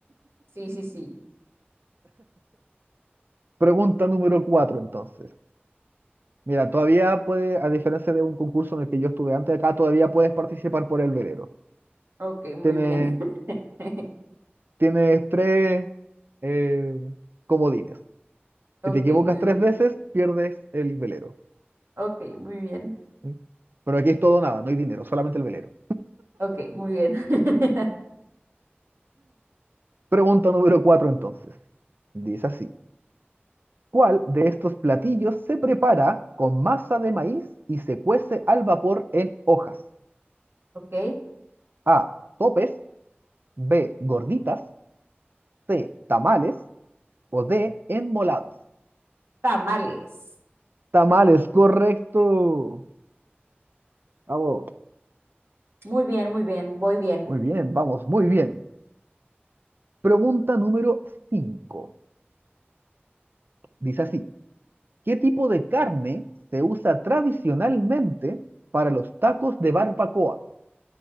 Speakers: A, on the right (about 85°); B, on the right (about 55°).
A: Sí, sí, sí.
B: Pregunta número cuatro, entonces. Mira, todavía puede, a diferencia de un concurso en el que yo estuve antes, acá todavía puedes participar por el verero.
A: Ok, muy
B: Tienes,
A: bien. <laughs>
B: tienes tres eh, comodines.
A: Ok,
B: Si te equivocas
A: muy
B: tres
A: bien.
B: veces, pierdes el velero.
A: Ok, muy bien.
B: ¿sí? Pero aquí es todo o nada, no hay dinero, solamente el velero.
A: Ok, muy bien. <laughs>
B: Pregunta número cuatro, entonces. Dice así. ¿Cuál de estos platillos se prepara con masa de maíz y se cuece al vapor en hojas?
A: Ok,
B: A. Topes. B. Gorditas. C. Tamales o D, enmoladas.
A: tamales.
B: Tamales, correcto. Bravo.
A: Muy bien, muy bien. Voy bien.
B: Muy bien, vamos, muy bien. Pregunta número cinco Dice así, ¿qué tipo de carne se usa tradicionalmente para los tacos de barbacoa?